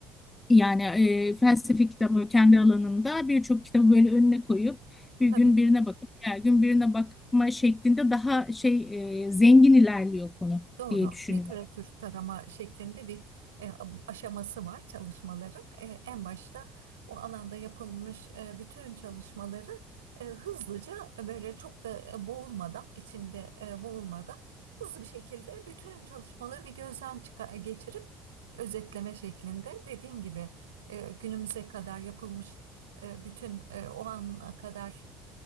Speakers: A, on the left (about 15°); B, on the right (about 70°).
A: Yani e, felsefe kitabı kendi alanımda birçok kitabı böyle önüne koyup bir
B: Tabii.
A: gün birine bakıp diğer gün birine bakma şeklinde daha şey e, zengin ilerliyor konu
B: Doğru.
A: diye düşünüyorum.
B: Literatür tarama şeklinde bir e, aşaması var çalışmaların. E, en başta o alanda yapılmış e, bütün çalışmaları e, hızlıca e, böyle çok da e, boğulmadan, içinde e, boğulmadan hızlı bir şekilde bütün çalışmaları bir gözden çıkar, geçirip özetleme şeklinde dediğin gibi e, günümüze kadar yapılmış e, bütün e, o ana kadar